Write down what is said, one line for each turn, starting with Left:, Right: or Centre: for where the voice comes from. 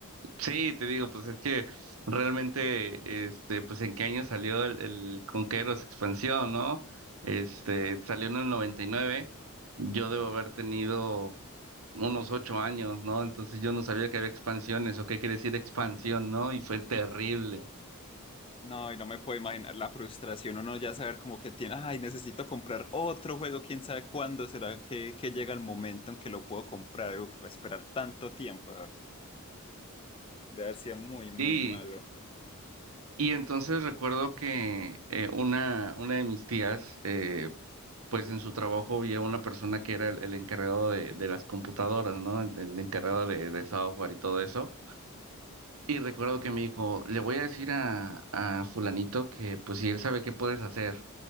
Right: Sí, te digo, pues es que realmente, este, pues en qué año salió el, el Conqueros expansión, ¿no? Este, salió en el 99, yo debo haber tenido unos ocho años, ¿no? Entonces yo no sabía que había expansiones o qué quiere decir expansión, ¿no? Y fue terrible.
Left: No, y no me puedo imaginar la frustración, uno ya saber como que tiene, ay, necesito comprar otro juego, quién sabe cuándo será que, que llega el momento en que lo puedo comprar, uf, esperar tanto tiempo, de haber sido muy, muy
Right: Y,
Left: malo.
Right: y entonces recuerdo que eh, una, una de mis tías, eh, pues en su trabajo había una persona que era el, el encargado de, de las computadoras, ¿no? El, el encargado de, de software y todo eso. Y recuerdo que me dijo, le voy a decir a, a fulanito que pues si él sabe qué puedes hacer.